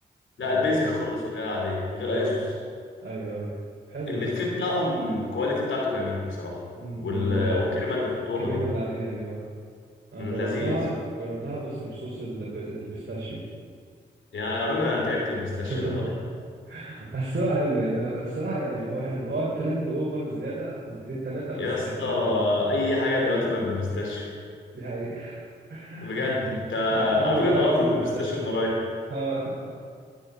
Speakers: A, on the right (about 55°); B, on the left (about 75°).
A: ولا
B: لا البيزك خالص اللي هي العاديه من غير
A: اه
B: اي صوص
A: ايوه ايوه حلو
B: الملفيه
A: ده
B: بتاعهم الكواليتي بتاعته جميله بصراحه
A: امم
B: وال...
A: وال آه،
B: والكريمه اللي بيحطوها
A: والكريمة
B: دي
A: اللي عليها دي اه أنا
B: مم،
A: جربتها
B: لذيذ
A: جربتها بس بصوص الب- البيستاشيو
B: يا راجل انا تعبت من البيستاشيو
A: <laughs>
B: ده بقى
A: الصراحة حلو يعني الصراحة يعني هو حلو هو ترند اوفر زيادة حبتين تلاتة بس
B: يا اسطى
A: يعني هو حلو
B: اي حاجه دلوقتي بقى بالبيستاشيو
A: دي حقيقة <laughs>
B: بجد انت
A: لا، عملوا
B: على فكره
A: الكحك
B: طلعوا فول
A: بالبيستاشيو
B: بالبيستاشيو من قريب
A: <laughs>